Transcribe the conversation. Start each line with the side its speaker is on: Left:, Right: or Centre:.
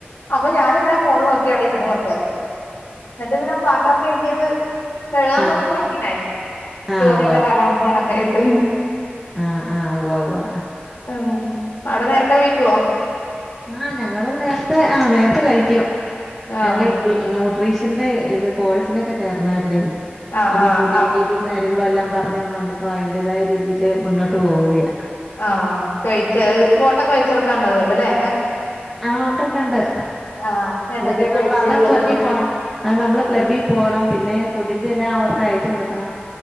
Left: അപ്പം ഞാന്ങ്ങനെ ഫോണ് നോക്കി അവിടെഇരുന്നു കൊറ്ച്ചേരം ഇന്നിട്ട് പിന്നെ പാത്രം കഴ്കിയത് കഴുകാൻ
Centre: ആഹ്
Left: കൊറ്ച്ച് ബാക്കിണ്ടായിന്നു
Centre: ആഹ്
Left: ചോറ്
Centre: ഉവ്വ
Left: വെച്ച കലം അയിനൊക്കെ ഇട്ട്
Centre: ആഹ ആഹ ഉവ്വ് ഉവ്വ്
Left: ഉം അവിടെ നേരത്തെ കഴിക്കോ
Centre: ആഹ ഞങ്ങള് നേരത്തെ ആഹ നേരത്തെ കഴിക്കും
Left: ആഹ്
Centre: ഞങ്ങളെ ഇ ന്യൂട്രീഷന്റെ ഇത് കോഴ്സിനൊക്കെ ചേർന്നതല്ലേ
Left: ആഹ്
Centre: അപ്പൊ
Left: ആഹ്
Centre: ഫുഡിങ്ങ് <unintelligible> കാര്യങ്ങളെല്ലാം പറഞ്ഞ്ങ്ങാണ്ട് ഇപ്പ അയിന്റതായ രീതീല് മുന്നോട്ട് പോവുകയാ
Left: ആഹ് കഴിച്ചഅ് ഫോട്ടോക്കെ വെച്ചൊറ്ക്കാണ്ടാവൊല്ലലേ
Centre: ആഹ് ഉണ്ടുണ്ട്ണ്ട്
Left: ആഹ് എന്തൊക്കെ
Centre: അതൊക്കെ
Left: കഴിച്ചുള്ളതും
Centre: നമ്മള അതാ ക്ലബി പോണം അ നമ്മള
Left: ആഹ്
Centre: ക്ലബി പോണം പിന്നെ ഫുഡിന്റെ എല്ലാം അവർക്ക് അയച്ചു കൊടുക്കണം